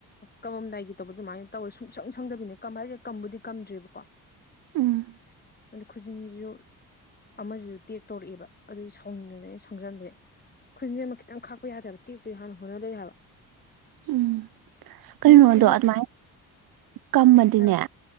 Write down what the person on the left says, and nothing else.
ꯀꯃꯝꯗꯥꯏꯒꯤ ꯇꯧꯕ ꯑꯗꯨꯃꯥꯏꯅ ꯇꯧꯔ ꯁꯨꯡꯁꯪ ꯁꯪꯗꯕꯤꯅꯦ ꯀꯝ ꯍꯥꯏꯁꯦ ꯀꯝꯕꯨꯗꯤ ꯀꯝꯗ꯭ꯔꯤꯕꯀꯣ
ꯑꯗꯨ ꯈꯨꯖꯤꯟꯁꯤꯁꯨ ꯑꯃꯁꯤꯁꯨ ꯇꯦꯛ ꯇꯧꯔꯛꯑꯦꯕ ꯑꯗꯨꯒꯤ ꯁꯥꯎꯅꯤꯡꯗꯅ ꯑꯩꯅ ꯁꯪꯖꯟꯕ ꯍꯦꯛ ꯈꯨꯖꯤꯟꯁꯦ ꯑꯃ ꯈꯤꯇꯪ ꯈꯥꯛꯄ ꯌꯥꯗꯕ ꯇꯦꯛꯇꯧ ꯍꯥꯟꯅ ꯍꯣꯠꯅꯔ ꯂꯩ ꯍꯥꯏꯕ
ꯅꯪꯁꯨ ꯈꯨꯖꯤꯟ
ꯍꯥꯏꯔꯣ